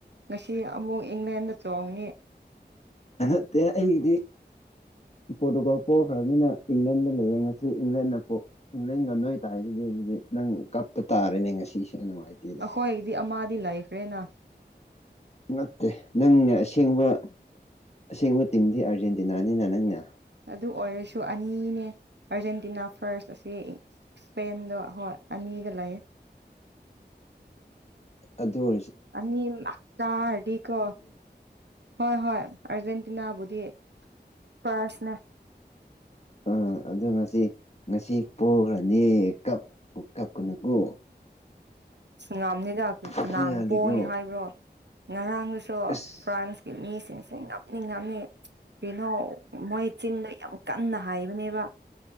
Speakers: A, on the right (about 80°); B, on the left (about 40°).
A: ꯉꯁꯤ ꯑꯃꯨꯛ ꯏꯪꯂꯦꯟꯗ ꯆꯣꯡꯉ
B: ꯠꯇꯦ ꯑꯩꯗꯤ ꯄꯣꯔꯇꯨꯒꯜ ꯄꯣꯛꯈ꯭ꯔꯕꯅꯤꯅ ꯏꯪꯂꯦꯟꯗ ꯂꯌꯦꯡ ꯉꯁꯤ ꯏꯪꯂꯦꯟꯗ ꯄꯣꯛ ꯏꯡꯂꯦꯟꯒ ꯅꯣꯏ ꯇ ꯍꯥꯏꯒꯤꯗꯤ ꯑꯗꯨꯗꯤ ꯅꯪ ꯀꯞꯄ ꯇꯥꯔꯦꯅꯦ ꯉꯁꯤꯁꯦ ꯅꯨꯡꯉꯥꯏꯇꯦ
A: ꯑꯩꯈꯣꯏꯗꯤ ꯑꯃꯗꯤꯗꯤ ꯂꯩꯈ꯭ꯔꯦꯅ
B: ꯅꯠꯇꯦ ꯅꯪꯅꯦ ꯑꯁꯦꯡꯕ ꯑꯁꯦꯡꯕ ꯇꯤꯝꯗꯤ ꯑꯥꯔꯖꯦꯟꯇꯤꯅꯥꯅꯤꯅ ꯅꯪꯅꯦ
A: ꯑꯗꯨ ꯑꯣꯏꯁ ꯁ ꯑꯅꯤꯅꯦ ꯑꯥꯔꯖꯦꯟꯇꯤꯅꯥ ꯐꯥꯔꯁ ꯑꯁꯤ ꯏꯁꯄꯦꯟꯗ ꯍꯣꯏ ꯑꯅꯤꯗ ꯂꯩꯌꯦꯦ
B: ꯑꯗꯨ ꯍꯣ
A: ꯑꯅꯤꯇꯥꯔꯗꯤ ꯀ ꯍ ꯍ ꯑꯔꯖꯦꯟꯇꯤꯅꯥꯕꯨꯗꯤ ꯄꯔꯁꯅꯦ
B: ꯑꯥ ꯑꯗꯨꯣ ꯉꯁꯤ ꯉꯁꯤ ꯄꯣꯈ꯭ꯔꯅꯤ ꯀꯞ ꯀꯞꯀꯅꯨꯀꯣ
A: ꯉꯅꯤꯗ
B: ꯀꯞꯄ
A: ꯀꯅꯥꯅ
B: ꯌꯥꯗꯦꯀꯣ
A: ꯄꯣꯛꯑꯅꯤ ꯍꯥꯏꯕ꯭ꯔꯣ ꯉꯔꯥꯡꯗꯨꯁꯨ
B: ꯑꯁ
A: ꯐ꯭ꯔꯥꯟꯁ ꯃꯤꯁꯤꯡꯁꯦ ꯉꯝꯅꯤ ꯉꯝꯃꯤ ꯀꯩꯅꯣ ꯃꯣꯏ ꯆꯤꯟꯗꯣ ꯌꯥꯝ ꯀꯟꯅ ꯍꯥꯏꯕꯅꯦꯕ